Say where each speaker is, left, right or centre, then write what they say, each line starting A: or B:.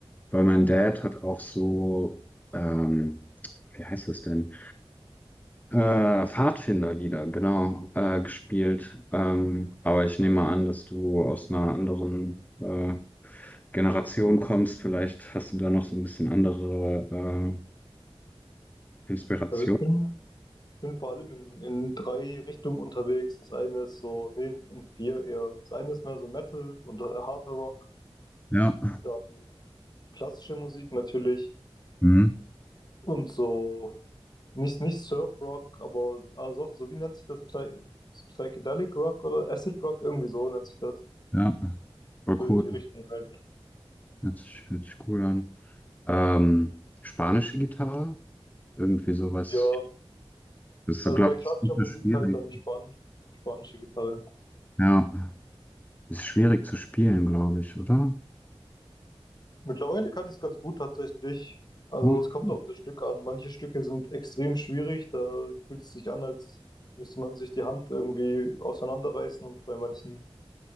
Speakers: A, on the left (about 15°); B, on the left (about 45°).
A: weil mein Dad hat auch so, ähm, wie heißt das denn? Äh, Pfadfinderlieder, genau, äh, gespielt. Ähm, aber ich nehme an, dass du aus einer anderen äh, Generation kommst. Vielleicht hast du da noch so ein bisschen andere äh, Inspiration.
B: Also ich bin, bin vor allem in, in drei Richtungen unterwegs. Das eine ist so, nee, in vier eher. Das eine ist mehr so Metal und äh, harter Rock,
A: Ja,
B: dann klassische Musik natürlich
A: mhm.
B: und so. Nicht, nicht Surf Rock, aber also auch so, wie nennt sich das? Psy Psychedelic Rock oder Acid Rock? Irgendwie so nennt sich das.
A: Ja, war
B: So in
A: cool.
B: die Richtung halt.
A: Hört sich, hört sich cool an. Ähm, spanische Gitarre, irgendwie sowas.
B: Ja,
A: Das
B: also
A: ist, glaube
B: bei klassischer
A: ich, super
B: Musik
A: schwierig.
B: halt dann Span spanische Gitarre.
A: Ja, ist schwierig zu spielen, glaube ich, oder?
B: Mittlerweile kann ich es ganz gut tatsächlich. Also
A: Ja.
B: es kommt auf das Stück an. Manche Stücke sind extrem schwierig. Da fühlt es sich an, als müsste man sich die Hand irgendwie auseinanderreißen. Und bei manchen